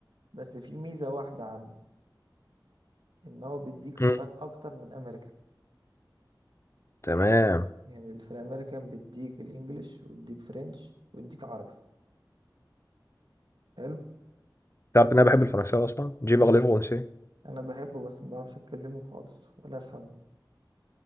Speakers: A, on the right; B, on the left.
A: بس في ميزة واحدة عنه ان هو بيديك
B: أمم،
A: لغات اكتر من امريكان
B: تمام
A: يعني اللي في الامريكان بيديك الانجليش ويديك فرنش ويديك عربي حلو
B: تعرف ان انا بحب الفرنساوي اصلا جي بارلي
A: انا
B: فرنسي
A: انا بحبه بس ما بعرفش اتكلمه خالص ولا افهمه